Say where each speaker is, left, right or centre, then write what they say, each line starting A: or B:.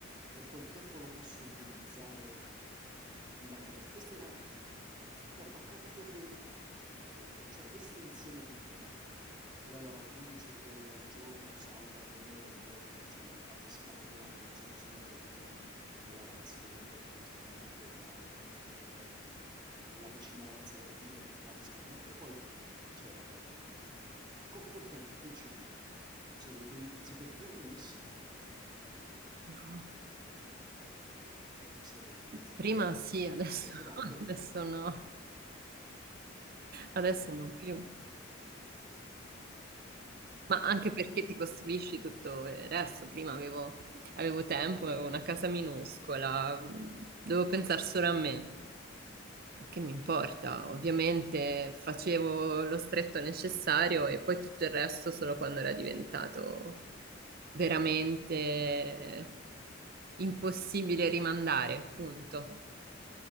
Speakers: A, on the right; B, on the right.
A: e quel tempo lo posso utilizzare in altre cose. Questo era, cioè, ho capito che, eh, cioè, questo insieme di comunità la lavatrice che al giorno salva più o meno un'ora di cioè far risparmiare, diciamo così, un'ora di tempo, la lavastoviglie che fa risparmiare 40 minuti di tempo, la vicinanza di alcune che fa risparmiare. Ma tu poi, cioè, con quel tempo che ci fai? Se lo utilizzi per te, benissimo,
B: No.
A: se lo utilizzi
B: Prima
A: per te,
B: sì, adesso,
A: ma molte volte...
B: <laughs> adesso no. Adesso
A: <laughs>
B: non più. Ma anche
A: Beh, vabbè,
B: perché ti costruisci
A: eh,
B: tutto il resto. Prima avevo, avevo tempo, avevo una casa minuscola, mh, dovevo pensare solo a me. Ma che mi importa?
A: mm,
B: Ovviamente facevo lo stretto necessario e poi tutto il resto solo quando era diventato veramente impossibile rimandare. Punto.